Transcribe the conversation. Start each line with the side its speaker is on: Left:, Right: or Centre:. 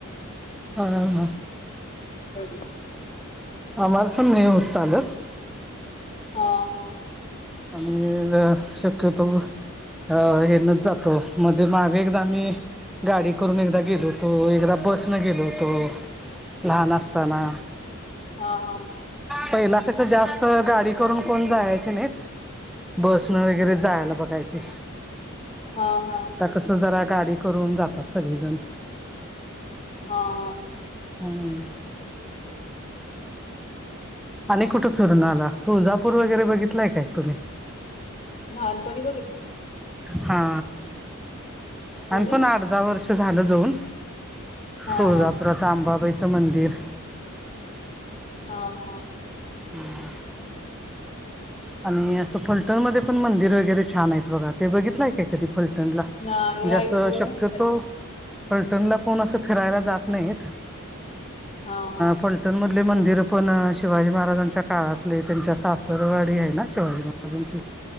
Centre: हा हां हा
Left: अरी <unintelligible>
Centre: आम्हाला पण नाही होत चालत
Left: हा हा
Centre: आणि शक्यतो अ होय हेनच जातो मध्ये मग एकदा मी गाडी करून एकदा गेलो होतो एकदा बस न गेलो होतो लहान असताना
Left: हा हा
Centre: पहिला कस जास्त गाडी करून कोण जायचे नाहीत बसणं वगैरे जायला बघायची
Left: हा हा
Centre: आता कसं जरा गाडी करून जातात सगळेजण
Left: हा हा
Centre: हम् <inaudible> आणि कुठे फिरून आला तुळजापूर
Left: हा
Centre: वगैरे बघितलाय काय तुम्ही
Left: लहानपणी बघितलं
Centre: हा आम्ही
Left: तुम्ही?
Centre: पण आठ दहा वर्ष झालं जाऊन
Left: हां,
Centre: तुळजापुरचं
Left: हां.
Centre: आंबाबाईचं मंदिर
Left: हा हा
Centre: हम्म <inaudible> आणि असं फलटण मध्ये पण मंदिर वगैरे छान आहेत बघा ते बघितलंय काय कधी फलटणला म्हणजे
Left: नाही
Centre: असं
Left: ऐकून
Centre: शक्यतो
Left: माहित आहे.
Centre: फलटणला कोण असं फिरायला जात नाहीत
Left: हा हा
Centre: फलटण मधले मंदिर पण शिवाजी महाराजांच्या काळातले त्यांच्या सासरवाडी आहेत ना शिवाजी महाराजांचे